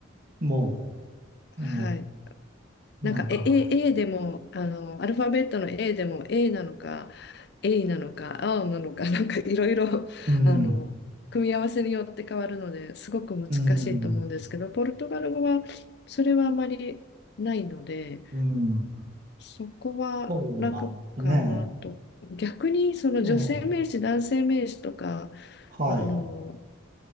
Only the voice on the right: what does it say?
もう、う
なんか、
うん、
うん。
うん、
そうなんですね。
ええ、
はい。